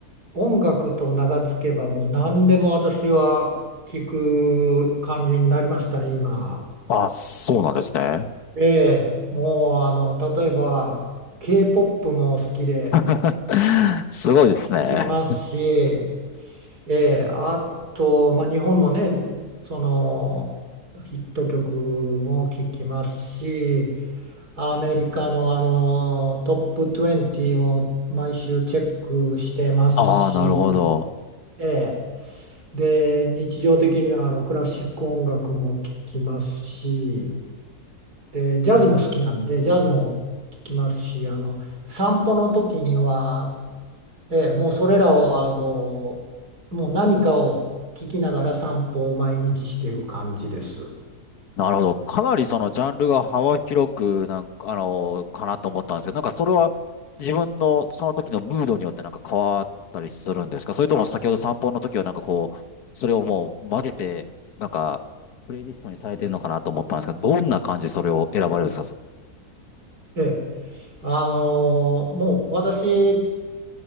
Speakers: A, on the right; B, on the left.
A: 音楽と名が付けば、もう何でも私は聞く感じになりましたね、今。
B: あ、そうなんですね。
A: で、もう、あの、例えば、K-POP も好きで
B: <laughs> すごいですね。
A: 聞きますし、えーあと、まあ、日本のね、その、ヒット曲も聞きますし、アメリカの、あのトップ20も毎週チェックしてますし、
B: ああ、なるほど。
A: ええで、日常的にはあのクラシック音楽も聴きますし、で、ジャズも好きなんで、ジャズも聴きますし、あの散歩の時には、ええもうそれらをあのもう何かを聴きながら散歩を毎日してる感じです。
B: なるほど。かなりそのジャンルが幅広くなんか、あの、かなと思ったんですけど、なんかそれは自分のその時のムードによってなんか変わったりするんですかそれとも先ほど散歩の時はなんかこう、それをもう混ぜて、なんか、プレイリストにされてるのかなと思ったんですけど、どんな感じでそれを選ばれるんですかそ
A: ええあのーもう私